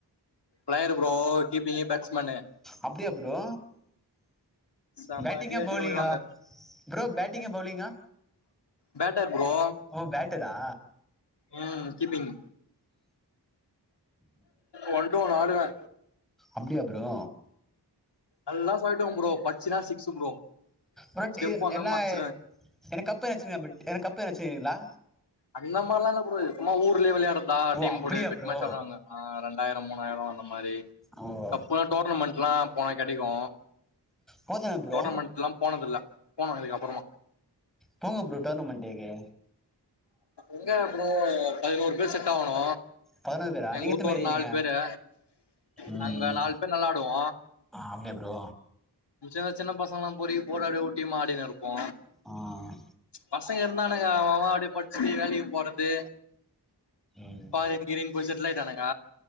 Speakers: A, on the left; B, in the centre.
A: பிளேயர் ப்ரோ கீப்பிங்கு பேட்ஸ்மேனு
B: அப்படியா ப்ரோ
A: செம
B: பேட்டிங்கா
A: அடி அடிக்கு
B: பௌலிங்கா
A: விழுவாங்க
B: ப்ரோ பேட்டிங்கா பௌலிங்கா
A: பேட்டர் ப்ரோ
B: ஓ பேட்டரா
A: ம் கீப்பிங் ஒன் டு ஒன் ஆடுவே
B: அப்டியா ப்ரோ
A: அதுதா சொல்ட்டம் ப்ரோ பட்ச்சுனா சிக்ஸு ப்ரோ
B: பட்
A: ஸ்டெம்ப்
B: என்
A: அந்த
B: என்னா
A: மடிச்சிருவே
B: எனக் கப் எதா அச்சிருக்காங்ளா பிட் எதா கப் எதா வெச்சுருக்கிங்ளா
A: அந்த மார்லா இல்ல ப்ரோ இது சும்மா ஊர்லயே வெளையா ட்றதா‌
B: ஓ
A: டீம்
B: அப்படியா
A: போட்டு பெட்
B: ப்ரோ
A: மேட்ச் விளாடுவாங்க ஆ ரென் நா என்னமோ அந்த மாரி
B: ஓ
A: கப்னா டோர்னமெண்ட்லா போனா கெடைக்கு
B: போதானே ப்ரோ
A: டோர்னமெண்ட்லா போனதில்ல போனு இதுக்கப்புறமா
B: போங்க ப்ரோ டோர்னமெண்ட்டுக்கு
A: எங்க ப்ரோ பதினோரு பேர் செட் ஆவணு
B: பதனொரு பேரா
A: எங்க
B: நீங்க எத்தன
A: ஊர்ல
B: பேர்
A: ஒரு
B: இருக்கிங்க
A: நாலு பேரு
B: ம்
A: நாங்க நாலு பேர் நல்லாடுவோ
B: அப்டியா ப்ரோ
A: சின்ன சின்ன பசங்கெலா பொறுக்கி போட்டு அப்டிய ஒரு டீமா ஆடினே இரு ப்போ
B: ஆ
A: பசங்க இருந்தானுங்க அவ அவ அப்டியே ப டிச்சிட்டு வேலைக்கு போறது
B: ம்
A: ஃபாரின் கீரின் போய் செ ட்லாய்ட்டானுங்க